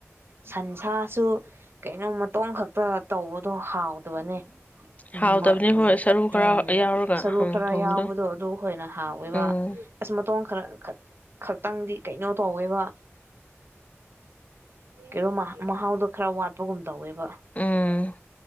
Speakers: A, on the right; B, on the left.
A: ꯁꯟꯁꯥꯁꯨ ꯀꯩꯅꯣ ꯃꯇꯣ ꯈꯛꯇ ꯇꯧꯕꯗꯣ ꯍꯥꯎꯗꯕꯅꯦ ꯎꯝ
B: ꯍꯥꯎꯇꯕꯅꯤ
A: ꯎꯝ
B: ꯍꯣꯏ ꯁꯔꯨ ꯈꯔ
A: ꯎꯝ
B: ꯌꯥꯎꯔꯒ
A: ꯁꯔꯨ ꯈꯔ
B: ꯊꯣꯡꯕꯗꯣ
A: ꯌꯥꯎꯕꯗꯣ ꯑꯗꯨ ꯍꯣꯏꯅ ꯍꯥꯎꯋꯤꯕꯁ
B: ꯎꯝ
A: ꯇꯣꯡꯈ꯭ꯔ ꯈꯛꯇꯪꯗꯤ ꯀꯩꯅꯣ ꯇꯧꯋꯦꯕ ꯀꯩꯅꯣ ꯃꯍꯥꯎꯗꯣ ꯈꯔ ꯋꯥꯠꯄꯒꯨꯝ ꯇꯧꯋꯦꯕ
B: ꯎꯝ